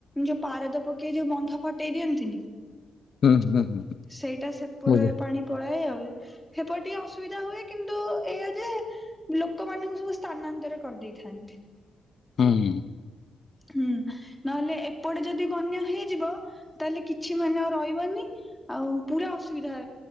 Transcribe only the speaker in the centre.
ଯୋଉ ପାରଦ ପକେଇକି ଯୋଉ ବନ୍ଧ ଫଟେଇ ଦିଅନ୍ତିନି
ସେଇଟା ସେପଡୁଆ
ପାଣି ପଳାଏ ଆଉ। ହେପଟ ଟିକେ ଅସୁବିଧା ହୁଏ, କିନ୍ତୁ ଏଇଆ ଯେ ଲୋକମାନଙ୍କୁ ସବୁ ସ୍ଥାନାନ୍ତର କରିଦେଇଥାନ୍ତି।
ହୁଁ, ନହେଲେ ଏପଟେ ଯଦି ବନ୍ୟା ହେଇଯିବ, ତାହେଲେ କିଛି ମାନେ ଆଉ ରହିବନି। ଆଉ ପୁରା ଅସୁବିଧା